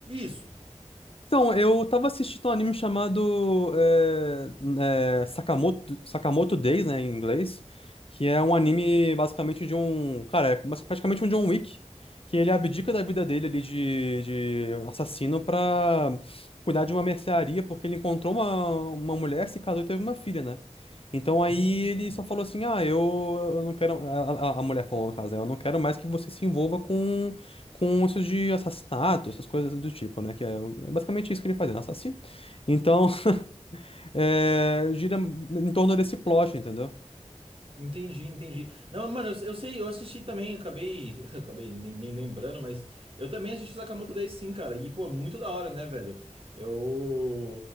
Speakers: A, on the right (about 50°); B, on the left (about 50°).
A: Isso.
B: Então, eu tava assistindo um anime chamado é, é, Sakamoto, Sakamoto Days, né, em inglês, que é um anime basicamente de um, cara, é basic- praticamente um John Wick, que ele abdica da vida dele ali de, de assassino pra cuidar de uma mercearia, porque ele encontrou uma, uma mulher, se casou e teve uma filha, né? Então aí
A: Hum.
B: ele só falou assim, ah, eu, eu não quero, a, a a mulher falou no caso, né, eu não quero mais que você se envolva com com isso de assassinato, essas coisas do tipo, né? Que é, o- é basicamente isso que ele faz, né? um Assassino. Então, <laughs> é, gira em torno desse plot, entendeu?
A: Entendi, entendi. Não, mano, eu, eu sei, eu assisti também, acabei, <laughs> acabei nem, nem lembrando, mas eu também assisti Sakamoto Days sim, cara. E, pô, muito da hora, né, velho? Eu.